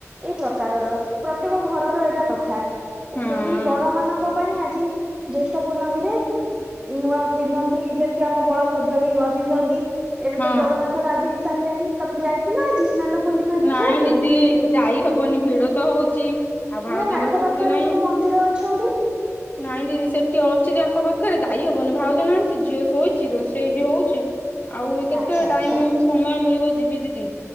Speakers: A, on the right; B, on the left.
A: ଏଇ ପ୍ରକାରର ପ୍ରତ୍ୟେକ ଘରର ଏଇଟା କଥା।
B: ହଁ।
A: ସେଇ ବଡ ମାନଙ୍କ ପାଇଁ ଆଜି ଜ୍ୟେଷ୍ଠ ପୂର୍ଣ୍ଣମୀରେ ନୂଆ ପିନ୍ଧନ୍ତି ଯେମିତି ଆମ ବଳଭଦ୍ର ବି ନୂଆ ପିନ୍ଧନ୍ତି ଏବେ
B: ହଁ
A: ତ ଜଗନ୍ନାଥ ଗାଧେଇ ହେଇ ସାରିଲେଣି। ତମେ ଯାଇଥିଲ ଆଜି ସ୍ନାନ ପୂର୍ଣ୍ଣିମା ଦେଖିବାକୁ।
B: ନାଇଁ ଦିଦି ଯାଇ ହବନି ଭିଡ ତ ହଉଛି ଆଉ ଭାଉଜଙ୍କର
A: ନାଇଁ ଆଖପାଖରେ
B: ଛୁଟି ନାହିଁ
A: ଯୋଉ ମନ୍ଦିର ଅଛନ୍ତି।
B: ନାଇଁ ଦିଦି ସେଠି ଅଛି ଯେ ଆଙ୍କ ପାଖରେ ଦାୟୀ ହବନି ଭାଉଜ ନାହାନ୍ତି ଝିଅ ଶୋଇଛି ରୋଷେଇ ବି ହଉଛି ଆଉ କେତେ
A: ଆଚ୍ଛା ଆଚ୍ଛା
B: ଟାଇମ ସମୟ ମିଳିବ ଯିବି ଦିଦି।